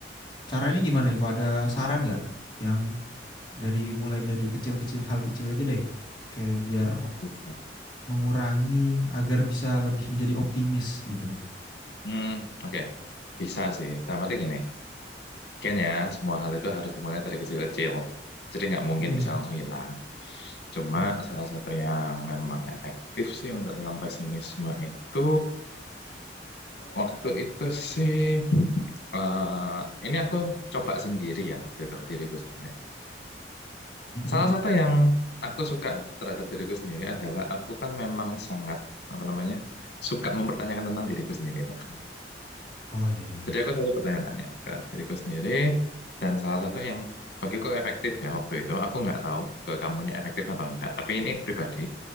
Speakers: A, on the left; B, on the left.
A: caranya gimana nih? Kok ada saran nggak yang Dari mulai dari kecil-kecil hal kecil aja deh. Kayak biar
B: Bisa.
A: mengurangi agar bisa lebih menjadi optimis gitu.
B: Hmm, oke, Bisa sih. Tapi arti gini, kayaknya semua hal itu harus dimulai dari kecil-kecil. Jadi nggak mungkin
A: Mm.
B: bisa langsung hilang. Cuma
A: Benar.
B: salah satu yang memang efektif sih untuk tentang pesimisme itu Waktu itu sih, eh, ini aku coba sendiri ya, waktu itu ke diriku sendiri.
A: Mm-mm.
B: Salah satu yang aku suka terhadap diriku sendiri adalah aku kan memang sangat, apa namanya, suka mempertanyakan tentang diriku sendiri. Tuh.
A: Oh iya iya
B: Jadi
A: iya.
B: aku selalu bertanya-tanya ke diriku sendiri, dan salah satu yang bagiku efektif ya waktu itu, aku nggak tahu ke kamunya efektif atau enggak, tapi ini pribadi,